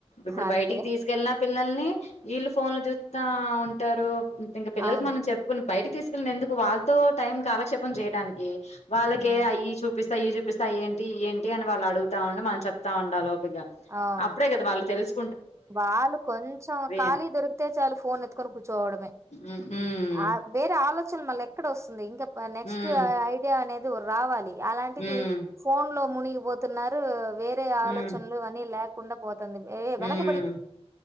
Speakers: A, on the left; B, on the right.
A: ఇప్పుడు
B: అంతే
A: బయటికి తీసుకెళ్లినా పిల్లల్ని వీళ్ళు ఫోన్లు జూత్తా ఉన్ టరు ఇంగ పిల్లలకు
B: అవును
A: మనం చెప్పుకున్ బయటికి తీసుకెళ్ళింది ఎందుకు వాళ్ళతో టైం కాలక్షేపం చెయ్యడానికి వాళ్ళకే
B: హ్మ్
A: అయ్యి చూపిస్ ఇవి చూపిస్తా అయి ఏంటి ఇయి ఏంటి అని వాళ్ళు అడుగుతా ఉంటే మనం చెప్తా ఉండాలె. గా
B: అవును
A: అప్పుడే గదా వాళ్ళు తెల్స్
B: వాళ్ళు కొంచం ఖాళీ
A: అని.
B: దొరికితే చాలు ఫోన్ ఎత్తుకొని కూర్చోవడమే
A: ఉమ్ ఉమ్
B: ఆ వేరే ఆలోచన మల్లెక్కడ వస్ ఇంకా నెక్స్ట్
A: ఉమ్
B: ఐడియా అనేద్ రావాలి. అలాంటిది
A: ఉమ్
B: ఫోన్లో మునిగిపో తున్నారు. వేరే ఆలోచనలు
A: ఉమ్
B: అన్నీ లేక్ కుండ పో తంది. ఏ వెనక్
A: మ్